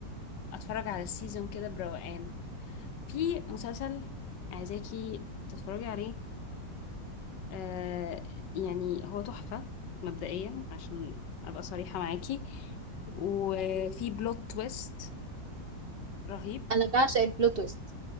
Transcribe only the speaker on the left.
اتفرج على السيزون كده بروقان في مسلسل عايزاكي تتفرجي عليه آه يعني هو تحفة مبدئيا عشان ابقى صريحة معاكي وفي بلوت تويست رهيب